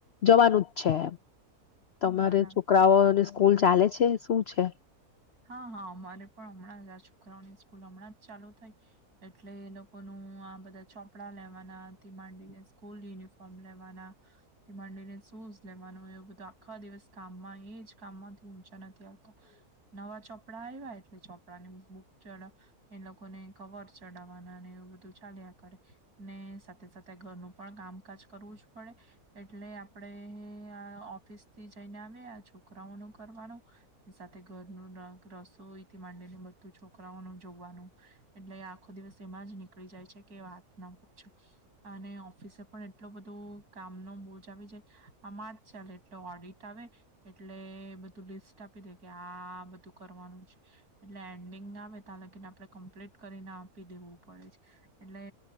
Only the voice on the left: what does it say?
જવાનું જ છે. તમારે
છોકરાઓ અને સ્કૂલ ચાલે છે શું છે?